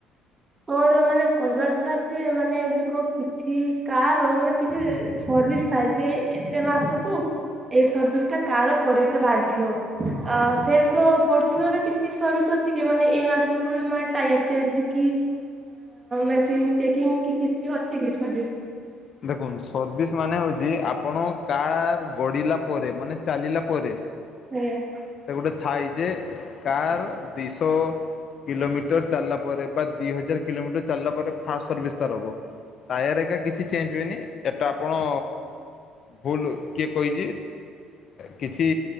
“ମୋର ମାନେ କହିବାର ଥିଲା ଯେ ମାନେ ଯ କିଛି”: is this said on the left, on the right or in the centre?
Right